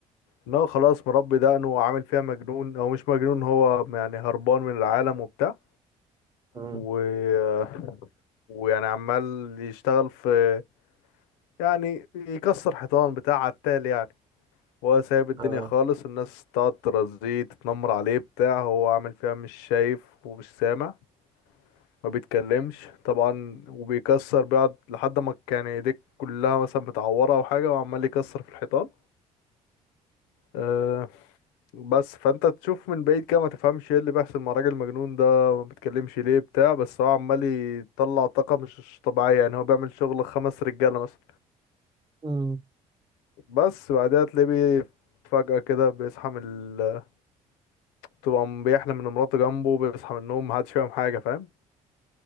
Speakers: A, on the left; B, on the right.
A: ان هو خلاص مربي دقنه وعامل فيها مجنون او مش مجنون هو يعني هربان من العالم وبتاع
B: امم
A: و... ويعني عمال يشتغل في يعني يكسر حيطان بتاع عتال يعني هو سايب الدنيا
B: اه
A: خالص الناس تقعد ترازيه تتنمر عليه بتاع هو عامل فيها مش شايف ومش سامع ما بيتكلمش طبعا وبيكسر بيقعد لحد ما كان ايديك كلها مثلا متعورة او حاجة وعمال يكسر في الحيطان أه بس فانت تشوف من بعيد كده ما تفهمش ايه اللي بيحصل مع الراجل المجنون ده ما بيتكلمش ليه بتاع بس هو عمال يطلع طاقة مش مش طبيعية يعني هو بيعمل شغل خمس رجالة مثلا
B: امم
A: بس بعدها تلاقيه بي- فجأة كده بيصحى من ال... تبقى بيحلم ان مراته جنبه بيصحى من النوم محدش فاهم حاجة فاهم